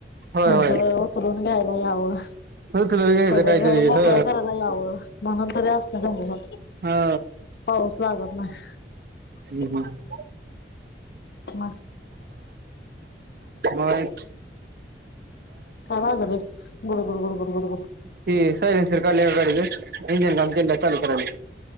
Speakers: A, on the right (about 55°); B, on the left (about 65°).
A: होय
B: त्यांचं
A: होय
B: उचलून घ्यायला यावं...
A: उचलून घ्यायचं
B: सगळं
A: काहीतरी
B: घर मोकळ
A: ह
B: करायला यावं म्हणून तरी असतं सम...
A: हा.
B: पाऊस लागत ना अ ह...
A: हम्म हम्...
B: म...
A: मग....
B: काय वाजलय रे गुड- गुड -गुड -गुड -गुड- गुड....
A: की सयलेनसर काढल्यावर गाडी इंजिन काम केला चालू करावी....